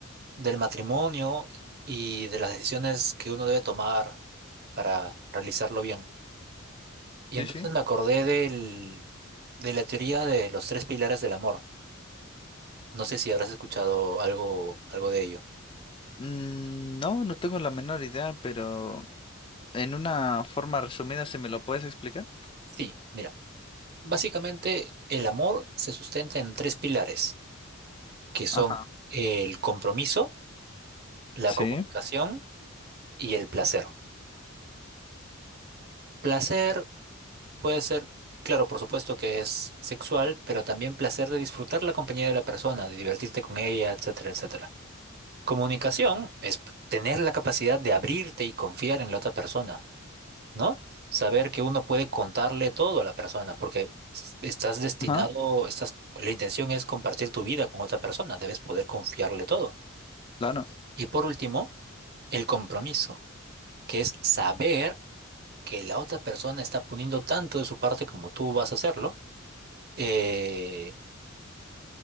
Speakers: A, on the right (about 50°); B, on the left (about 25°).
A: del matrimonio y de las decisiones que uno debe tomar para realizarlo bien. Y
B: sí,
A: entonces
B: sí.
A: me acordé del, de la teoría de los tres pilares del amor No sé si habrás escuchado algo, algo de ello.
B: Mm, no, no tengo la menor idea, pero en una forma resumida, si me lo puedes explicar.
A: Sí, mira, básicamente el amor se sustenta en tres pilares, que son
B: Ajá,
A: el compromiso, la
B: sí,
A: comunicación y el placer. Placer puede ser, claro, por supuesto que es sexual, pero también placer de disfrutar la compañía de la persona, de divertirte con ella, etcétera, etcétera. Comunicación es tener la capacidad de abrirte y confiar en la otra persona. ¿no? Saber que uno puede contarle todo a la persona, porque s- estás destinado,
B: ajá,
A: estás, la intención es compartir tu vida con otra persona, debes poder confiarle todo.
B: claro.
A: Y por último, el compromiso, que es saber que la otra persona está poniendo tanto de su parte como tú vas a hacerlo, eh,